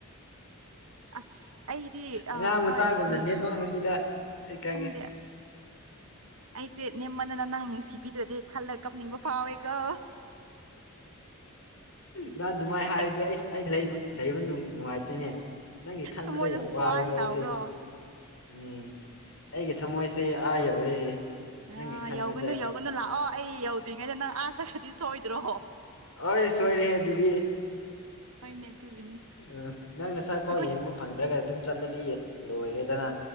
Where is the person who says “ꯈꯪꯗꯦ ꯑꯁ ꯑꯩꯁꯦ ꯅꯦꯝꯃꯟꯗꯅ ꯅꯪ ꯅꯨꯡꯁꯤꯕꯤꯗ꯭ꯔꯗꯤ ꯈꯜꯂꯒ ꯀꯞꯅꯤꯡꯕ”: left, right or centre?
Right